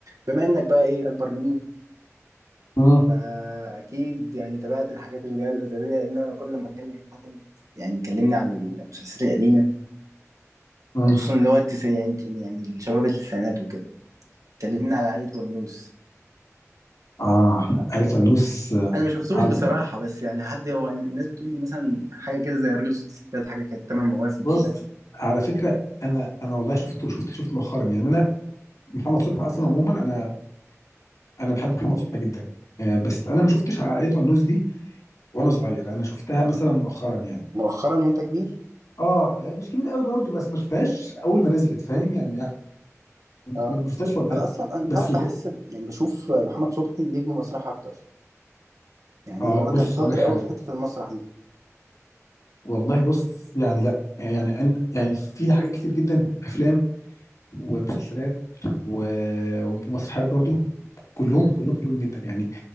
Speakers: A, on the right (about 85°); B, on the left (about 75°).
A: بما انك بقى ايه اكبر مني
B: مم.
A: فاكيد يعني تابعت الحاجات اللي هي الازليه لان انا كل ما اكلم حد يعني يكلمني عن المسلسلات القديمه
B: مم.
A: خصوصا اللي هو التسعين يعني يعني الشباب التسعينات وكده كلمني على عائله ونوس
B: اه الفانوس آه،
A: انا ما شفتوش
B: على
A: بصراحه
B: فكره،
A: بس يعني حد هو الناس بتقول لي مثلا حاجه كده زي راجل وست ستات حاجه كانت ثمان مواسم
B: بص
A: كده
B: على فكره انا انا والله شفته شفته شفته مؤخرا يعني انا محمد صبحي اصلا عموما انا انا بحب محمد صبحي جدا آه، بس انا ما شفتش عائله النوس دي وانا صغير انا شفتها مثلا مؤخرا يعني
A: مؤخرا وانت كبير
B: اه يعني مش كبير قوي برضو بس ما شفتهاش اول ما نزلت فاهم يعني يعني
A: اه
B: ما ما شفتهاش في وقتها
A: انا اصلا انا مش
B: بس
A: عارف بحس
B: ج-
A: ب- يعني بشوف محمد صبحي نجم مسرح اكتر يعني
B: اه
A: هو
B: بص
A: كان شاطر
B: هقول لك حاجه
A: قوي في حته المسرح دي
B: والله بص يعني لا يعني انت يعني في حاجات كتير جدا افلام ومسلسلات و- ومسرحيات برضو كلهم كلهم حلوين جدا يعني